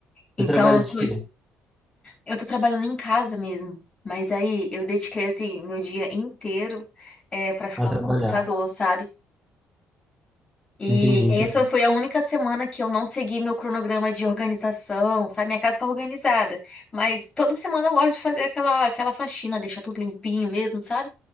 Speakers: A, on the left; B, in the centre.
A: Então,
B: você trabalha
A: eu
B: de
A: tô,
B: quê?
A: eu tô trabalhando em casa mesmo. Mas aí eu dediquei assim meu dia inteiro é para ficar
B: A trabalhar.
A: no computador, sabe? E
B: Entendi, entendi.
A: essa foi a única semana que eu não segui meu cronograma de organização, sabe? Minha casa está organizada, mas toda semana eu gosto de fazer aquela, aquela faxina, deixar tudo limpinho mesmo, sabe?